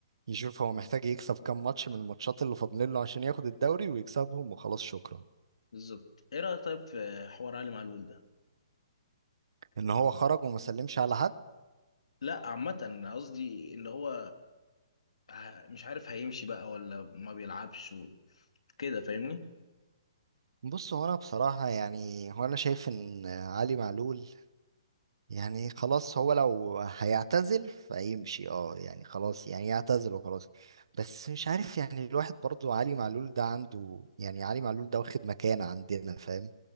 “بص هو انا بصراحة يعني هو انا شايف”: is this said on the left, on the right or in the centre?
Right